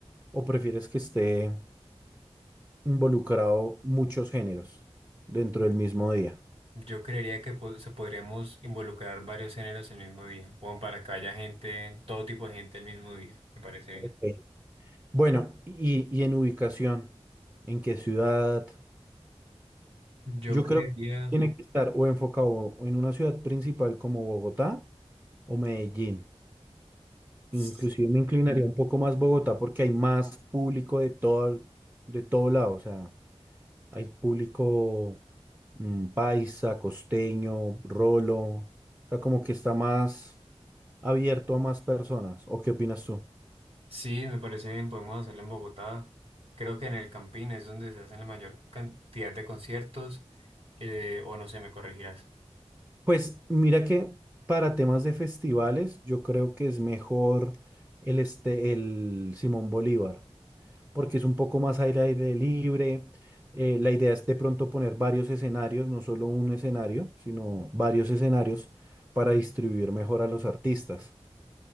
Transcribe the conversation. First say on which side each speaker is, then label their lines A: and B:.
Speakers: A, on the right; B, on the right.
A: o prefieres que esté involucrado muchos géneros dentro del mismo día?
B: yo creería que po- se podríamos involucrar varios géneros el mismo día, como para que haya gente, todo tipo de gente el mismo día. Me parece bien.
A: Ok. Bueno, y, y en ubicación, ¿en qué ciudad?
B: Yo
A: Yo
B: creería.
A: creo que tiene que estar o enfocado en una ciudad principal como Bogotá o Medellín.
B: s-
A: Inclusive me inclinaría un poco más Bogotá porque hay más público de todo, de todo lado. O sea, hay público mm, paisa, costeño, rolo. O sea, como que está más abierto a más personas. ¿O qué opinas tú?
B: Sí, me parece bien, podemos hacerlo en Bogotá. Creo que en el Campín es donde se hacen la mayor cantidad de conciertos, eh, o no sé, me corregirás.
A: Pues mira que para temas de festivales, yo creo que es mejor el, este, el Simón Bolívar. porque es un poco más aire, aire libre. Eh, la idea es de pronto poner varios escenarios, no solo un escenario, sino varios escenarios para distribuir mejor a los artistas.